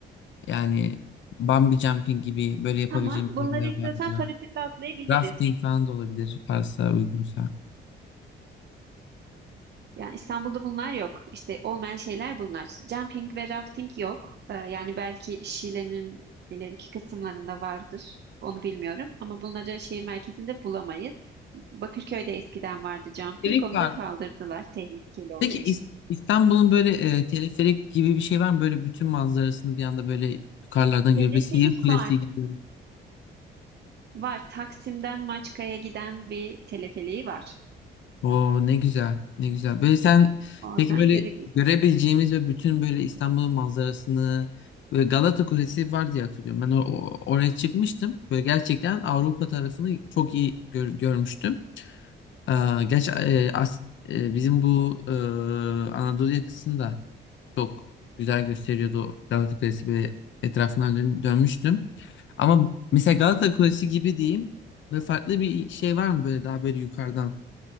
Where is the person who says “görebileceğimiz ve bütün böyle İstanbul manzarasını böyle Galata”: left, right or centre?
Left